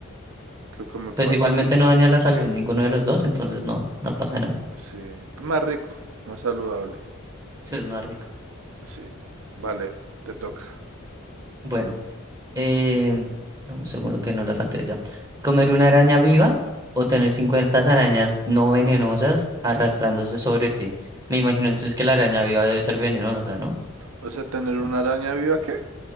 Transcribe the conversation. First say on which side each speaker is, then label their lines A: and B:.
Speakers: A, on the right; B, on the right.
A: que comer panqueques.
B: Pues igualmente no daña la salud ninguno de los dos, entonces no, no pasa nada.
A: Sí. Más rico, más saludable.
B: Sí, es más rico.
A: Sí. Vale, te toca.
B: Bueno, eh, dame un segundo que no la salte ya. ¿Comer una araña viva o tener 50 arañas no venenosas arrastrándose sobre ti? Me imagino entonces que la araña viva debe ser venenosa, ¿no?
A: O sea, tener una
B: No,
A: araña viva, ¿qué?